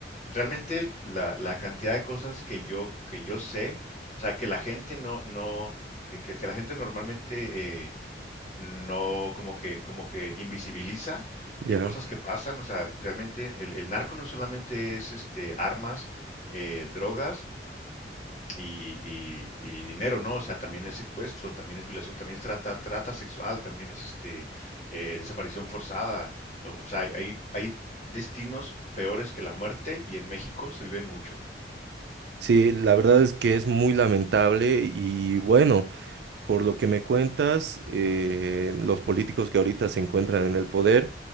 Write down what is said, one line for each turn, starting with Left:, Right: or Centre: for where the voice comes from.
Left: realmente la, la, cantidad de cosas que yo, que yo sé, o sea, que la gente no, no, que, que, que la gente normalmente eh, no como que, como que invisibiliza de
Right: ya.
Left: cosas que pasan. O sea, realmente el, el narco no solamente es este armas, eh, drogas y, y- y dinero, ¿no? O sea, también es secuestro, también es violación, también es trata, trata sexual, también es este eh, desaparición forzada. O, o sea, hay, hay destinos peores que la muerte y en México se viven mucho.
Right: Sí, la verdad es que es muy lamentable y bueno. Por lo que me cuentas, eh, los políticos que ahorita se encuentran en el poder